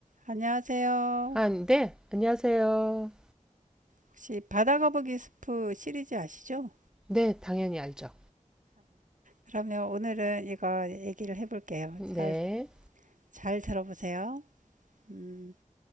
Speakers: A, on the right (about 80°); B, in the centre.
A: 안녕하세요.
B: 아, 네, 안녕하세요.
A: 혹시 바다거북이 스프 시리즈 아시죠?
B: 네, 당연히 알죠.
A: 그러면 오늘은 이거 얘기를 해볼게요.
B: 네,
A: 잘, 잘 들어보세요. 음,